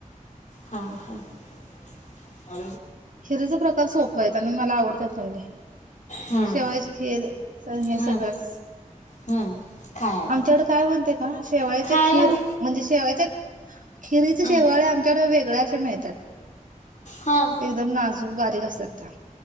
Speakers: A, on the left (about 60°); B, on the right (about 70°).
A: हा हा
B: हिरीचे प्रकार सोप आहेत आणि मला आवडत म्हणले
A: हं,
B: शेवायची खेर सण हे
A: हं,
B: सगळंच
A: हं. खायला
B: आमच्याकडे काय म्हणतेय का शेवाळचे
A: खायला
B: खीर
A: मग
B: म्हणजे शेवाळच्या खिरीच
A: हं,
B: शेवाळे आमच्याकडे वेगळ्या असशे मिळतात
A: हं,
B: एकदम नाजूक बारीक असतात त्या